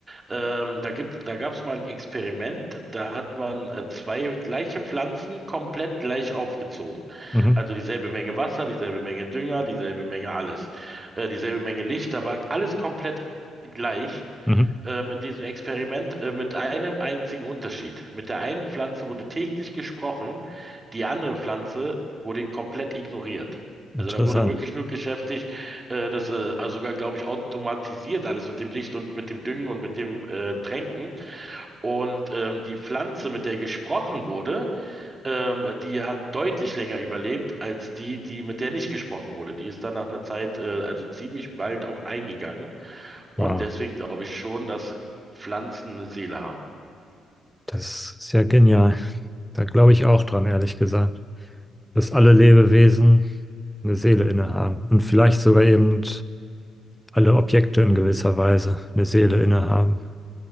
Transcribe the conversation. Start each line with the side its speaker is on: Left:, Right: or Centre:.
Right: Ähm, da gibt, da gab es mal ein Experiment, da hat man äh, zwei gleiche Pflanzen komplett gleich aufgezogen.
Centre: Mhm.
Right: Also dieselbe Menge Wasser, dieselbe Menge Dünger, dieselbe Menge alles, äh, dieselbe Menge Licht, da war alles komplett gleich
Centre: Mhm.
Right: ähm, in diesem Experiment äh, mit einem einzigen Unterschied. Mit der einen Pflanze wurde täglich gesprochen, die andere Pflanze wurde komplett ignoriert.
Centre: Interessant.
Right: Also da wurde wirklich nur geschäftigt, äh, das äh, also sogar, glaube ich, automatisiert alles mit dem Licht und mit dem Düngen und mit dem äh, Tränken. Und ähm, die Pflanze, mit der gesprochen wurde, ähm, die hat deutlich länger überlebt als die, die mit der nicht gesprochen wurde. Die ist dann nach einer Zeit, äh, also ziemlich bald auch eingegangen. Und
Centre: Wow,
Right: deswegen glaube ich schon, dass Pflanzen eine Seele haben.
Centre: das ist ja genial. Da glaube ich auch dran, ehrlich gesagt. dass alle Lebewesen eine Seele innehaben und vielleicht sogar eben alle Objekte in gewisser Weise eine Seele innehaben.